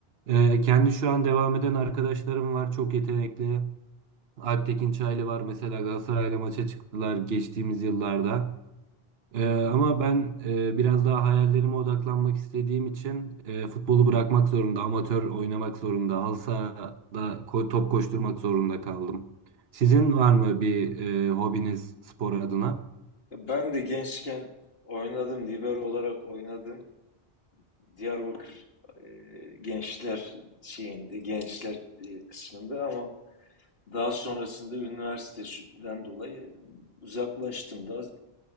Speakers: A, on the right; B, on the left.
A: E, kendi şu an devam eden arkadaşlarım var. Çok yetenekli. Alptekin Çaylı var mesela Galatasaray'la maça çıktılar geçtiğimiz yıllarda. Ee,
B: hı
A: ama
B: hı.
A: ben e, biraz daha hayallerime odaklanmak istediğim için e, futbolu bırakmak zorunda, amatör oynamak zorunda, halı sahada ko- top koşturmak zorunda kaldım. Sizin var mı bir e, hobiniz spor adına?
B: Ya Ben de gençken oynadım, libero olarak oynadım. Diyarbakır e, gençler şeyinde, gençler e, kısmında ama daha sonrasında üniversiteden dolayı uzaklaştım. Daha,